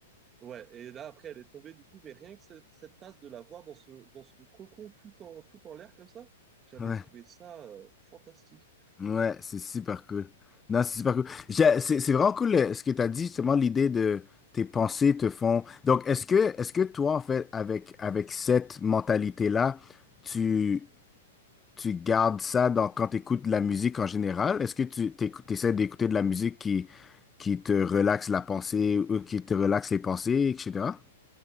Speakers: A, on the right; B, on the left.
A: Ouais, et là après elle est tombée du coup, mais rien que cette, cette phase de la voir dans, ce, dans son cocon tout en, tout en l'air comme ça, j'avais
B: Ouais.
A: trouvé ça euh, fantastique.
B: Ouais, c'est super cool. Non, c'est super cool. J'ai- C'est c'est vraiment cool euh, ce que tu as dit, justement, l'idée de tes pensées te font. Donc, est-ce que, est-ce que toi, en fait, avec, avec cette mentalité-là, tu, tu gardes ça dans, quand tu écoutes de la musique en général? Est-ce que tu essaies d'écouter de la musique qui, qui te relaxe la pensée ou qui te relaxe les pensées, etc.?